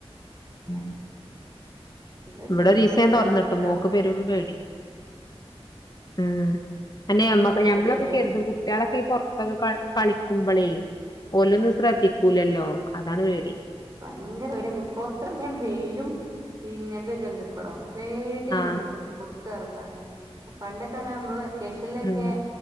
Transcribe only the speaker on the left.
ഉം
ഇവിടെ
ഒരീസം
ഞാൻ തുറന്നിട്ടു
മോക്ക് പെരും പേടി ഉം തന്നെ ഞമ്മക്ക്
ഞമ്മളൊക്കെ കരുതും കുട്ട്യാളൊക്കെ ഈ പുറത്തൊക്കെ കളി കളി ക്കുമ്പളേ ഒലൊന്നും ശ്രദ്ധിക്കൂലല്ലോ അതാണ് പേടി.
ആഹ്
ഉം